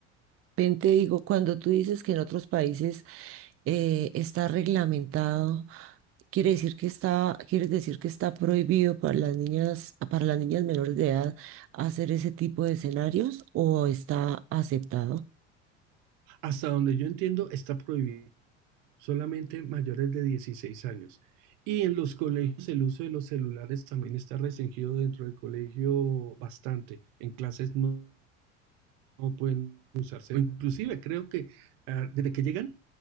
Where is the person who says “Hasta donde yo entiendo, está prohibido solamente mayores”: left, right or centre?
Right